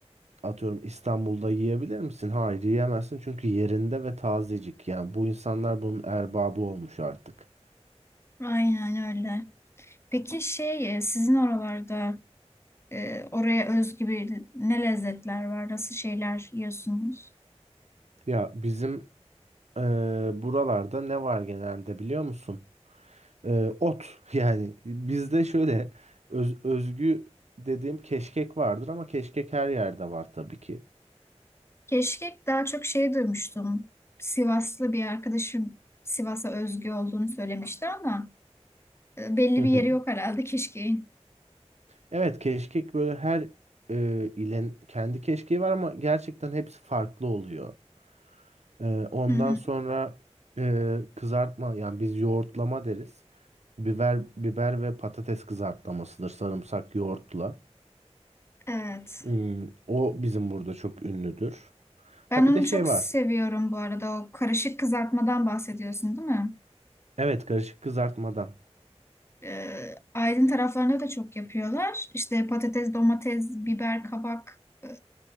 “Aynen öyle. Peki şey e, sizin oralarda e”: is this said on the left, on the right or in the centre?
Left